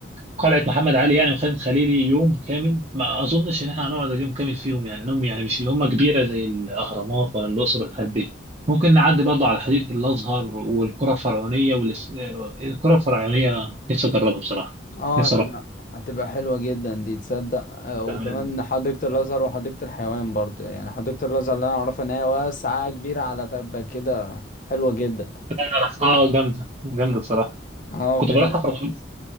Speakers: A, on the right (about 35°); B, on the left (about 45°).
A: قلعة محمد علي يعني وخان الخليلي يوم كامل ما اظنش ان احنا هنقعد اليوم كامل فيهم يعني انهم يعني مش اللي هم كبيرة زي الاهرامات ولا الاقصر والحاجات دي ممكن نعدي برضو على حديقة الازهر والقرى الفرعونية والقرى الفرعونية نفسي اجربها بصراحة
B: اه
A: نفسي
B: هتبقى هتبقى حلوة جدا دي تصدق آه، وكمان
A: اروح
B: حديقة الأزهر وحديقة الحيوان برضو يعني حديقة الأزهر اللي أنا أعرفها إن هي واسعة كبيرة على تبة كده حلوة جدا
A: رحتها آه، جامدة جامدة بصراحة
B: اه
A: كنت
B: بن...
A: بروحها في رمضان